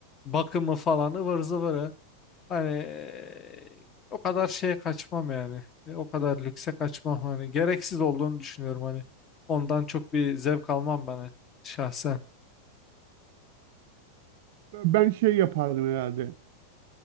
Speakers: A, on the left; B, on the right.
A: Bakımı falan ıvır zıvırı. Hani eee, o kadar şeye kaçmam yani. E, O kadar lükse kaçmam hani. Gereksiz olduğunu düşünüyorum hani. Ondan çok bir zevk almam ben şahsen.
B: Ben şey yapardım herhalde.